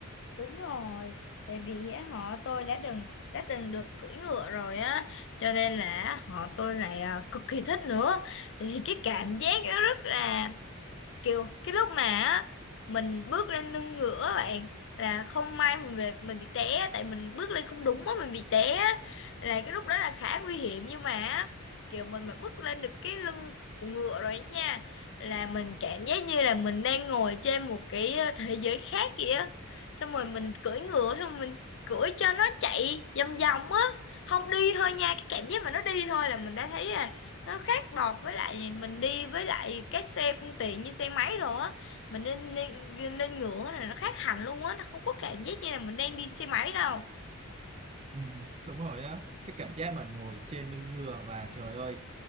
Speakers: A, on the left; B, on the right.
A: Đúng rồi, tại vì á, họ tôi đã từng đã từng được cưỡi ngựa rồi á, cho nên là họ tôi lại à, cực kỳ thích nữa. Thì cái cảm giác nó rất là kiểu cái lúc mà á, mình bước lên lưng ngựa á bạn là không may mình về mình bị té á, tại mình bước lên không đúng á mình bị té á. là cái lúc đó là khá nguy hiểm nhưng mà á, kiểu mình mà bước lên được cái lưng của ngựa rồi ấy nha là mình cảm giác như là mình đang ngồi trên một cái ờ, thế giới khác vậy á xong rồi mình cưỡi ngựa xong rồi mình cưỡi cho nó chạy vòng vòng á không đi thôi nha cái cảm giác mà nó đi thôi là mình đã thấy nó khác bọt với lại mình đi với lại các xe phương tiện như xe máy rồi á mình nên nên, nên ngựa này nó khác hẳn luôn á nó không có cảm giác như là mình đang đi xe máy đâu
B: Ừ, đúng rồi á cái cảm giác mình ngồi trên lưng ngựa và trời ơi